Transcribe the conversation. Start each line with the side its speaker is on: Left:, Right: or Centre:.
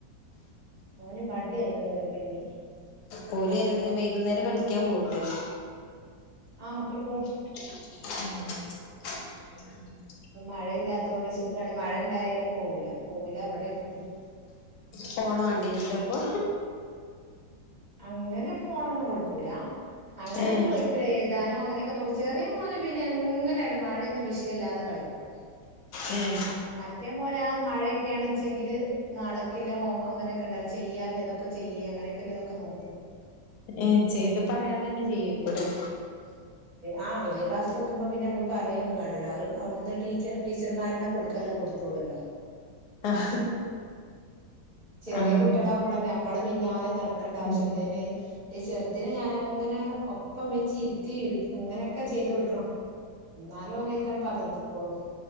Right: ഓന് മടിയ ചോറ് കഞ്ഞി.
Left: പോലെഏ വൈകുന്നേരം കളിക്കാ പോകുലെ
Right: ആഹ് മക്കള് പോവും
Left: ഉം
Right: ഇപ്പൊ മഴയില്ലാത്ത കൊണ്ട് സുഖമാണ് മഴ ഇണ്ടായാല പോകുല പോവില്ല അവിടെ ഇരിക്കും
Left: ഫോൺ വേണ്ടിവരും ലീപ്പോ
Right: അങ്ങനെ ഫോണൊന്നും കൊടുക്കൂല അങ്ങനെയാണ്
Left: ഏഹ്
Right: ചോദിക്കൂലേ എഴുാനോ അനൊക്കെ നോക്കക്ക് ചെറിയ മോന് പിന്നെ അങ്ങനെ ആയിലും മയയൊന്നും വിഷയമല്ലാതെ കളിക്കും
Left: ഉം
Right: മറ്റേ മോനെ ആ മഴയൊക്കെയാണ്ച്ചെങ്കില് നാളക്കല്ല ഹോം അങ്ങനെയൊക്കെ ഉണ്ടായി ചെയ്യ അല്ലതൊക്കെ ചെയ്യ അങ്ങനെയൊക്കെതൊക്കെ നോക്കും
Left: ഏഹ് ചെയ്ത് പറയാതെ തന്നെ ചെയ്യവക്കൂലേ
Right: ആഹ് വല്യ ക്ലാസിലെത്തുമ്പോൾ പിന്നെ നമ്മള് പറയൊന്നും വേണ്ടല്ലോ അവിടുന്ന് ടീ ടീച്ചർമാരത് കൊടുക്കല്ലോ കൊടുത്തു ത്തളൂല്ലോ
Left: ആഹ്
Right: ചെറിയ
Left: ആഹ്
Right: കുട്ടികളാകുമ്പോഴല്ല നമ്മള് പിന്നാലെ നട കണ്ട ആവശ്യമല്ല
Left: ഉം
Right: ചെറുദിനെ ഞാന അങ്ങനെ ഒപ്പം വെച്ച് ഇരുത്തി അങ്ങനെയൊക്കെ ചെയ്ത് കൊടുക്കണം എന്നാലും ഓൻ അതിക് പകർത്തിക്കോളും